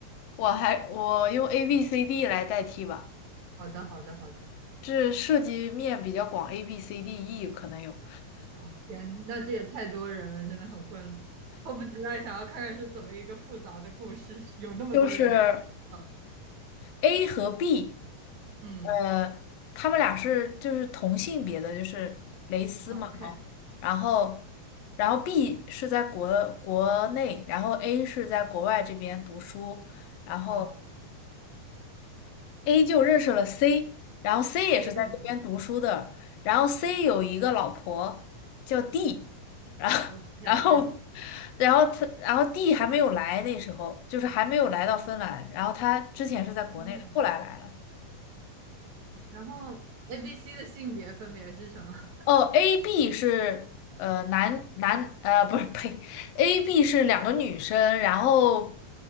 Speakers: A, on the left; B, on the right.
A: 我还我用 A B C D 来代替吧，
B: 好的，好的，好的。
A: 这涉及面比较广，A B C D E 可能有，
B: 哦，天，那这也太多人了，真的很混乱。迫不及待想要看看是怎么一个复杂的故事，有那么多人会。
A: 就是
B: 嗯
A: A 和 B，
B: 嗯
A: 呃，他们俩是就是同性别的，就是蕾丝嘛，
B: ，OK，
A: 哦，然后然后 B 是在国国内，然后 A 是在国外这边读书，然后。
B: 好
A: A 就认识了 C，然后 C 也是在这边读书的，
B: ，A 认识
A: 然后 C 有一个老婆叫 D，然后 <laughs>
B: ，OK，
A: 然后然后他然后 D 还没有来，那时候就是还没有来到芬兰，然后他之前是在国内的，
B: 嗯，
A: 后来来了。
B: 然后 A、B、C 的性别分别是什么
A: 哦，A B 是呃男男呃不是呸，A B 是两个女生，然后